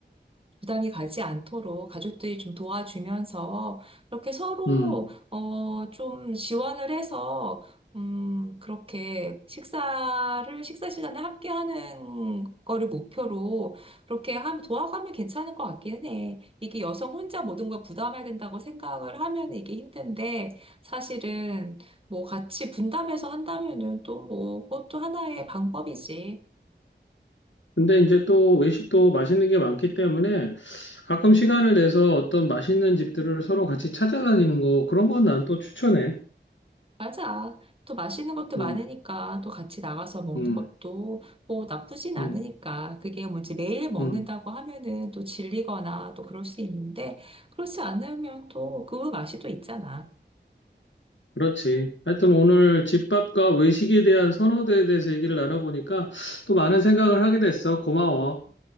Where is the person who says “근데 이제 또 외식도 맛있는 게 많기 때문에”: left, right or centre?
Left